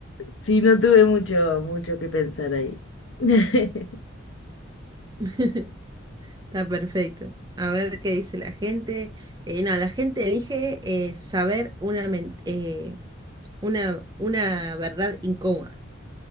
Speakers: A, on the left; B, on the right.
A: sí, no tuve mucho, mucho que pensar ahí. <laughs>
B: <laughs> Está perfecto. A ver qué dice la gente. Eh, no, la gente elige eh, saber una, men- eh, una, una verdad incómoda.